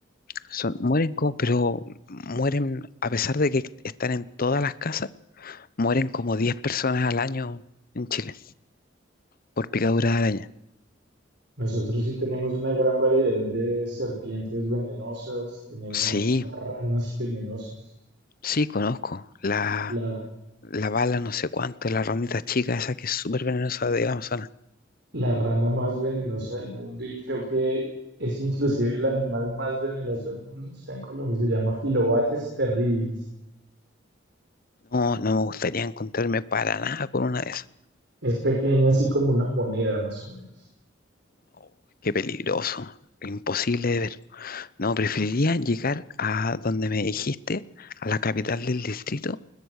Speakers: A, on the left (about 50°); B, on the right (about 65°).
A: Son, mueren como, pero mueren, a pesar de que están en todas las casas, mueren como 10 personas al año en Chile por picadura de araña.
B: Nosotros sí tenemos una gran variedad de serpientes venenosas, tenemos
A: Sí,
B: ranas venenosas,
A: sí, conozco. La,
B: la,
A: la bala no sé cuánto, la ramita chica esa que es súper venenosa de la Amazonas.
B: la rana más venenosa del mundo y creo que es inclusive el animal más venenoso del mundo, está en Colombia, se llama Filobates terribilis.
A: No, no me gustaría encontrarme para nada con una de esas.
B: Es pequeña, así como una moneda más o menos.
A: No, qué peligroso, imposible de ver. No, preferiría llegar a donde me dijiste, a la capital del distrito,